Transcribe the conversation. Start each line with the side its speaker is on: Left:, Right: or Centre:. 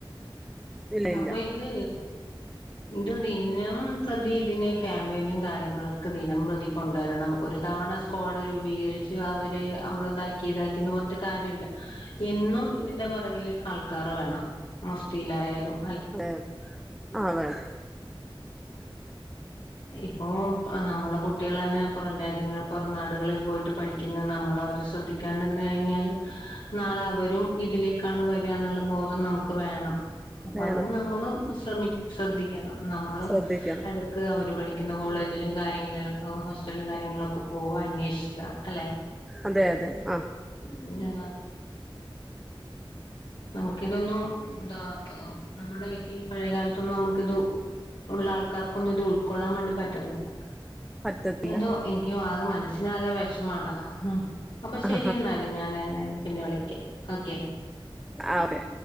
Centre: ഇല്ല
Left: അപ്പൊ
Centre: ഇല്ല
Left: ഇത് ഇത് ദിനം പ്രതി ഇതിനെ ക്യാമ്പയിനും കാര്യങ്ങളൊക്കെ ദിനം പ്രതി കൊണ്ട് വരണം. ഒരു തവണ സ്ക്വാഡ് രൂപീകരിച്ചു അവര് അവിടെ ഇതാക്കി ഇതാക്കിന്ന് പറഞ്ഞിട്ട് കാര്യല്ല. എന്നും ഇതിന്റെ പെറ പിറകില് ആൾക്കാറ് വേണം. മഫ്തിയിലായാലും
Centre: അതെയതെ. ആ വേണം
Left: ഇപ്പോ നമ്മളെ കുട്ടികള് തന്നെ പുറം രാജ്യങ്ങൾ പുറം നാടുകളിൽ പോയിട്ട് പഠിക്കുന്നത് നമ്മൾ അവരെ ശ്രദ്ധിക്കാണ്ട്ന്ന്‌ കഴിഞ്ഞാല്, നാളെ അവരും ഇതിലേക്കാണ് വരികാന്നുള്ള ബോധം നമുക്ക് വേണം. അപ്പൊ
Centre: വേണം
Left: അതിന് നമ്മളും ശ് ശ്രമിക് ശ്രദ്ധിക്ക് ക്കണം. നമ്മള്
Centre: ശ്രദ്ധിക്കണം
Left: എടക്ക് അവര് പഠിക്കുന്ന കോളേജില് കാര്യങ്ങള്, ഹോസ്റ്റൽലും കാര്യങ്ങൾലൊക് ക്കെ പോവാ അന്വേഷിക്ക, അല്ലെ?
Centre: അതെ അതെ ആ
Left: ആ നമുക്കിതൊന്നും എന്താ നമ്മുടെ ഈ പഴയകാലത്തൊന്നും നമുക്ക്ത് ഉള്ള ആൾക്കാർക്കൊന്നും ഇത് ഉൾക്കൊള്ളാൻ വേണ്ടി പറ്റുന്നില്ല.
Centre: പറ്റത്തില്ല
Left: എന്തോ എനിക്കും ആകെ മനസ്സി പിന്ന ആക വിഷമാടാ ഉം അപ്പൊ ശരിയെന്നാല്
Centre: ആ
Left: ഞാന് നേര പിന്നെ വിളക്കാം ഓക്കെ
Centre: ആ ഓക്കെ